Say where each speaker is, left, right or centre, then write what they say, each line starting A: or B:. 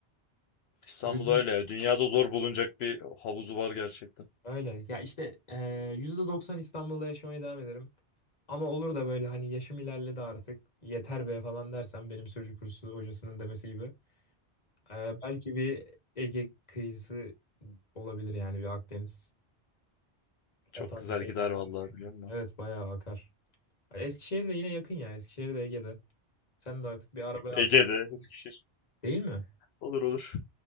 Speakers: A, on the left (about 70°); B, on the left (about 40°).
A: İstanbul
B: O yüzden
A: öyle ya. Dünyada zor bulunacak bir havuzu var gerçekten.
B: öyle. Ya işte eee %90 İstanbul'da yaşamaya devam ederim. Ama olur da böyle hani yaşım ilerledi artık yeter be falan dersen benim sürücü kursu hocasının demesi gibi. Eee, belki bir Ege kıyısı olabilir yani bir Akdeniz
A: Çok
B: O tarz
A: güzel
B: bir şey
A: gider
B: yapmayı
A: vallahi
B: düşünüyorum.
A: biliyor musun?
B: Evet bayağı akar. Eskişehir de yine yakın ya. Eskişehir de Ege'de. Sen de artık bir arabaya atlarsın.
A: Ege'de, Eskişehir.
B: Değil mi?
A: Olur olur.